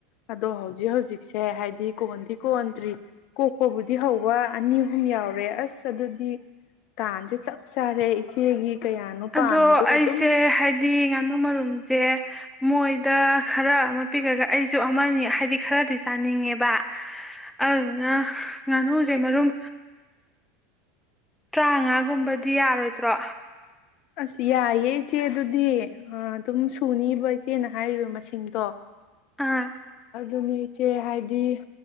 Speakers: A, on the left; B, in the centre.
A: ꯑꯗꯣ ꯍꯧꯖꯤꯛ ꯍꯧꯖꯤꯛ ꯁꯦ ꯍꯥꯏꯗꯤ ꯀꯣꯟꯗꯤ ꯀꯟꯇ꯭ꯔꯤ ꯀꯣꯛꯄꯕꯨꯗꯤ ꯍꯧꯕ ꯑꯅꯤ ꯑꯍꯨꯝ ꯌꯥꯎꯔꯦ ꯑꯁ ꯑꯗꯨꯗꯤ ꯇꯥꯟꯁꯦ ꯆꯞ ꯆꯥꯔꯦ ꯏꯆꯦꯒꯤ ꯀꯌꯥꯅꯣ ꯄꯥꯝꯃꯤꯗꯣ
B: ꯑꯗꯣ
A: ꯑꯗꯨꯝ
B: ꯑꯩꯁꯦ ꯍꯥꯏꯗꯤ ꯉꯥꯅꯨ ꯃꯔꯨꯝꯁꯦ ꯃꯣꯏꯗ ꯈꯔ ꯑꯃ ꯄꯤꯈꯒ ꯑꯩꯁꯨ ꯑꯃꯅꯤ ꯍꯥꯏꯗꯤ ꯈꯔꯗꯤ ꯆꯥꯅꯤꯡꯉꯦꯕ ꯑꯗꯨꯅ ꯉꯥꯅꯨꯁꯦ ꯃꯔꯨꯝ ꯇꯔꯥꯃꯉꯥꯒꯨꯝꯕꯗꯤ ꯌꯥꯔꯣꯏꯗ꯭ꯔꯣ
A: ꯑꯁ ꯌꯥꯏꯌꯦ ꯏꯆꯦ ꯑꯗꯨꯗꯤ ꯑꯗꯨꯝ ꯁꯨꯅꯤꯕ ꯏꯆꯦꯅ ꯍꯥꯏꯔꯤꯕ ꯃꯁꯤꯡꯗꯣ
B: ꯑꯥ
A: ꯑꯗꯨꯅꯤ ꯏꯆꯦ ꯍꯥꯏꯗꯤ